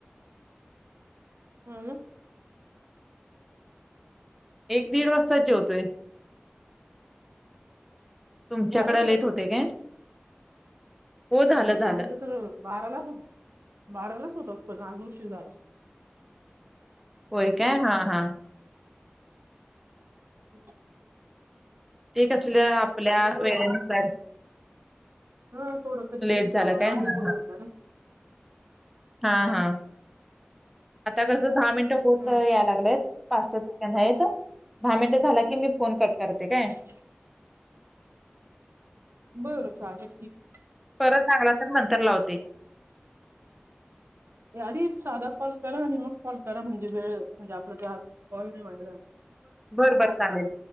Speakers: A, on the right; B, in the centre.
A: हा ना
B: एक दीड वाजताचं जेवतोय, तुमच्याकडं
A: झालं जेवण
B: लेट
A: मग
B: होतय काय? हो झालं
A: नाही
B: झालं
A: आमच्या तर बारालाच बारालाच होतात पण आज उशीर झाला.
B: होय काय हा हा.
A: हम्
B: ते कसलं आपल्या
A: दररोज
B: वेळेनुसार,
A: थोडं हा थोडं कधी
B: लेट
A: कधी
B: झाला
A: काम
B: काय
A: मागे
B: हा
A: पुढे होत ना,
B: हा हा त्या कसं दहा मिनिटं होत
A: हम्म
B: याय लागलेत. पाच सहा सेकंड आहीत दहा मिनटं झाल की मी फोन कट करते काय?
A: <unintelligible> बर चालेल ठीक
B: परत लागला तर नंतर लावते.
A: आधी साधा कॉल करा आणि मग कॉल करा म्हणजे वेळ म्हणजे आपलं जात कॉल नाही वाया जाणार.
B: बरं बरं चालेल.